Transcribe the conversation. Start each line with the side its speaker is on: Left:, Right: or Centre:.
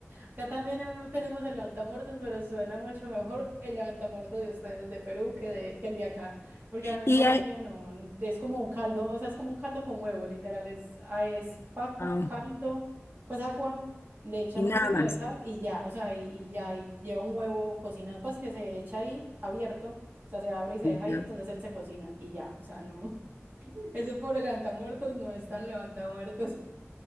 Right: Acá también hemo- tenemos el levantamuertos, pero suena mucho mejor el levantamuertos de ustedes, de Perú, que, de, que el de acá. Porque acá
Left: Y,
Right: en Colombia
Left: hay-
Right: no, es como un caldo, o sea, es como un caldo con huevo, literal. Es, ah, es papa,
Left: ah,
Right: caldo, pues agua, le echan
Left: y nada
Right: un poquito
Left: más.
Right: de sal y ya, o sea, y, y ya, y lleva un huevo cocinado, pues que se echa ahí abierto, o sea, se abre y se deja ahí,
Left: Ya.
Right: entonces él se cocina y ya, o sea, no. <laughs> Ese pobre levantamuertos no es tan levantamuertos.